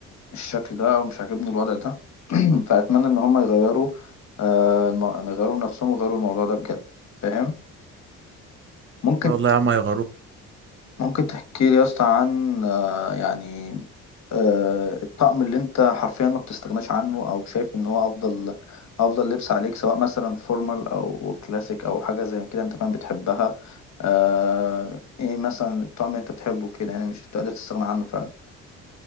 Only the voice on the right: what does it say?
شاء الله يا عم هيغيروك